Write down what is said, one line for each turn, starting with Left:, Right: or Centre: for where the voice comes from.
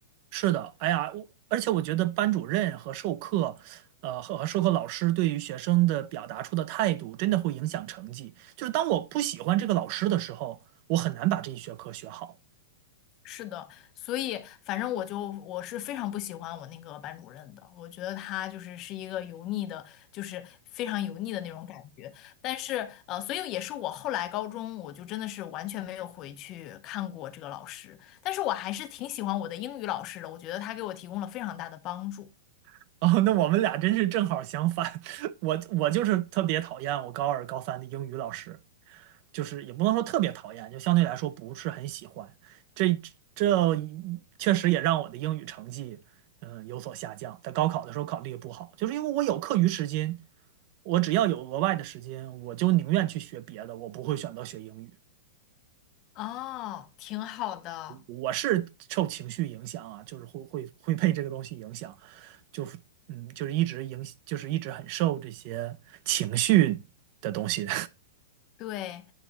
Right: 是的，哎呀，我而且我觉得班主任和授课，呃，和和授课老师对于学生的表达出的态度，真的会影响成绩。就是当我不喜欢这个老师的时候，我很难把这一学科学好。
Left: 是的，所以反正我就我是非常不喜欢我那个班主任的，我觉得他就是是一个油腻的，就是非常油腻的那种感觉。但是呃，所以也是我后来高中我就真的是完全没有回去看过这个老师，但是我还是挺喜欢我的英语老师的，我觉得他给我提供了非常大的帮助。
Right: <laughs> 哦，那我们俩真是正好相反，<laughs> 我我就是特别讨厌我高二高三的英语老师，就是也不能说特别讨厌，就相对来说不是很喜欢。这这确实也让我的英语成绩，嗯，有所下降。在高考的时候考得也不好，就是因为我有课余时间，我只要有额外的时间，我就宁愿去学别的，我不会选择学英语。
Left: 哦，挺好的。
Right: 我是受情绪影响啊，就是会会会被这个东西影响，就是嗯，就是一直影，就是一直很受这些情绪的东西
Left: 对，